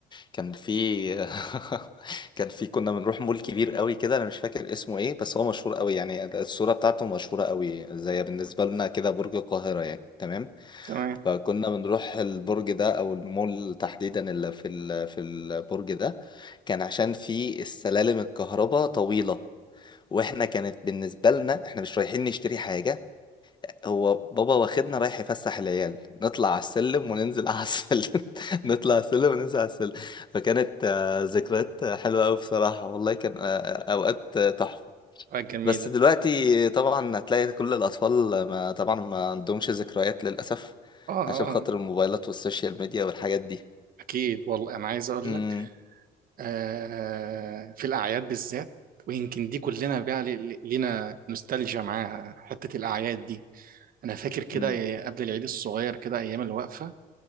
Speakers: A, on the left; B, on the right.
A: كان في <laughs> كان في كنا بنروح مول كبير قوي كده أنا مش فاكر اسمه إيه بس هو مشهور قوي يعني الصورة بتاعته مشهورة قوي زي بالنسبة لنا كده برج القاهرة يعني تمام
B: تمام
A: فكنا بنروح البرج ده أو المول تحديدا اللي في ال- في البرج ده كان عشان في السلالم الكهرباء طويلة واحنا كانت بالنسبه لنا احنا مش رايحين نشتري حاجه هو بابا واخدنا رايح يفسح العيال نطلع على السلم وننزل على السلم <laughs> نطلع على السلم وننزل على السلم فكانت آه، ذكريات حلوة أوي بصراحة والله كان آه، أوقات آه، تحفة
B: حاجه جميله
A: بس دلوقتي طبعا هتلاقي كل الأطفال ما طبعا ما عندهمش ذكريات للأسف
B: اه اه
A: عشان خاطر
B: آه.
A: الموبايلات والسوشيال ميديا والحاجات دي
B: اكيد والله انا عايز اقول
A: امم
B: لك آه، في الأعياد بالذات ويمكن دي كلنا بقى ل- لينا نوستالجيا معاها حتة الأعياد دي أنا فاكر كده
A: امم
B: إيه، قبل العيد الصغير كده أيام الوقفة